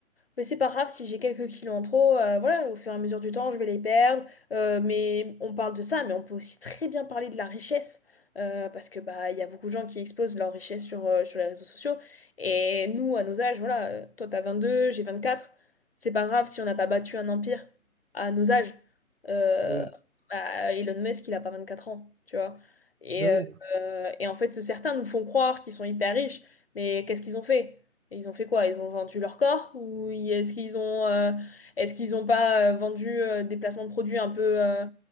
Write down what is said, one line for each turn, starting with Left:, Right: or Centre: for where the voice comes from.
Left: Mais c'est pas grave si j'ai quelques kilos en trop, euh, voilà, au fur et à mesure du temps, je vais les perdre. Euh, mais on parle de ça, mais on peut aussi très bien parler de la richesse. euh, parce que bah il y a beaucoup de gens qui exposent leur richesse sur, euh, sur les réseaux sociaux. Et nous, à nos âges, voilà, euh, toi t'as 22, j'ai 24. C'est pas grave si on n'a pas battu un empire à nos âges. Euh,
Right: Oui,
Left: bah, Elon Musk, il a pas 24 ans, tu vois. Et,
Right: oui,
Left: euh,
Right: oui.
Left: euh, et en fait, certains nous font croire qu'ils sont hyper riches, mais qu'est-ce qu'ils ont fait? Et Ils ont fait quoi? Ils ont vendu leur corps ou y- est-ce qu'ils ont euh, est-ce qu'ils ont pas euh, vendu euh, des placements de produits un peu euh,